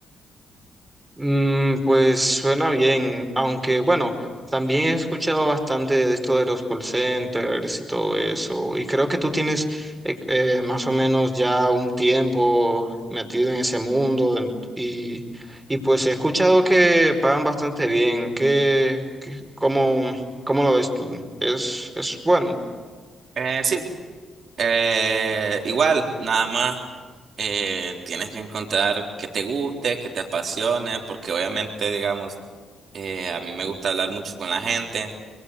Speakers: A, on the right (about 20°); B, on the right (about 60°).
A: Mm, pues suena bien, aunque bueno, también he escuchado bastante de esto de los call centers y todo eso, y creo que tú tienes eh, eh, más o menos ya un tiempo metido en ese mundo en- y, y pues he escuchado que pagan bastante bien, que, que cómo, cómo lo ves tú? Es, es bueno.
B: Eh, sí, eh, igual, nada más eh, tienes que encontrar que te guste, que te apasione, porque obviamente, digamos, Eh, a mí me gusta hablar mucho con la gente,